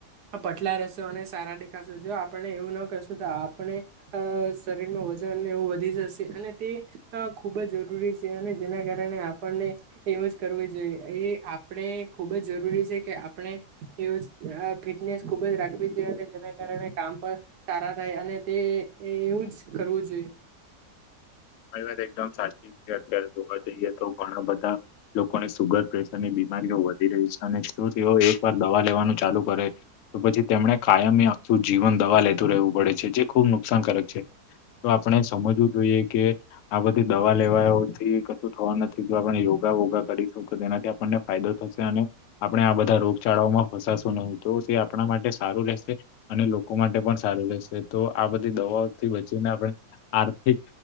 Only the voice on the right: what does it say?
પટલા રહેશો અને સારા દેખાશું જો આપણે એવું ના કરશું તો આપણે શરીરમાં જવ વધી જશે અને તે ખુબ જ જરૂરી છે અને જેના કારણે આપણને એ જ યુઝડ કરવું જોએ એ આપણે ખુબ જ જરૂરી છે કે આપણે એવ ફિટનેસ ખુબ જ રાખવી જોઈએ જેના કારણે કામ પણ સારા થાય અને તે એવું જ કરવું જોઈએ.